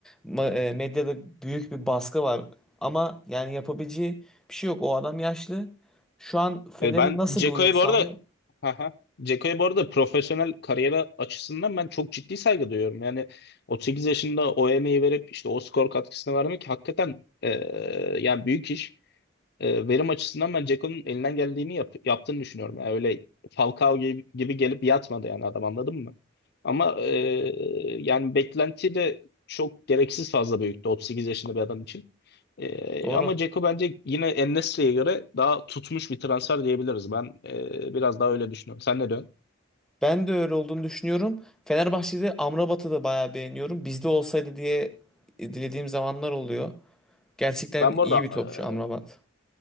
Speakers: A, in the centre; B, on the left.
A: ma- e, medyada büyük bir baskı var. Ama yani yapabileceği bir şey yok. O adam yaşlı. Şu an Fener'in
B: E, ben
A: nasıl
B: Ceko'ya
A: bir uyum sağlıyor?
B: bu arada aha. Ceko'ya bu arada profesyonel kariyeri açısından ben çok ciddi saygı duyuyorum. Yani 38 yaşında o emeği verip işte o skor katkısını vermek hakikaten e, yani büyük iş. e, verim açısından ben Ceko'nun elinden geldiğini yap- yaptığını düşünüyorum. Yani öyle Falcao gibi, gibi gelip yatmadı yani adam anladın mı? Ama e, yani beklenti de çok gereksiz fazla büyüktü 38 yaşında bir adam için. E,
A: Doğru.
B: ama Ceko bence yine en göre daha tutmuş bir transfer diyebiliriz. Ben e, biraz daha öyle düşünüyorum. Sen ne diyorsun?
A: Ben de öyle olduğunu düşünüyorum. Fenerbahçe'de Amrabat'ı da bayağı beğeniyorum. Bizde olsaydı diye dilediğim zamanlar oluyor. Gerçekten
B: Ben bu
A: iyi
B: arada
A: bir topçu Amrabat.
B: e,